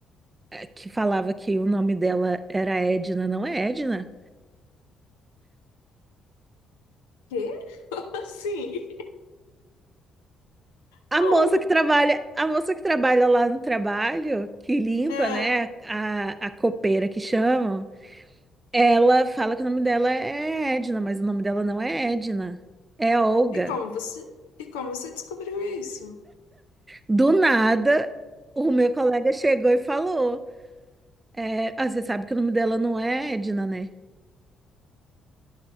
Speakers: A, on the right; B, on the left.
A: eh, que falava que o nome dela era Edna, não é Edna?
B: Quê? <laughs> Como assim?
A: A
B: Não.
A: moça que trabalha, a moça que trabalha lá no trabalho, que limpa,
B: É.
A: né, a, a copeira que chamam, ela fala que o nome dela é Edna, mas o nome dela não é Edna, é Olga.
B: E como você, e como você descobriu isso?
A: Do nada, o meu colega chegou e falou, é, ah, você sabe que o nome dela não é Edna, né?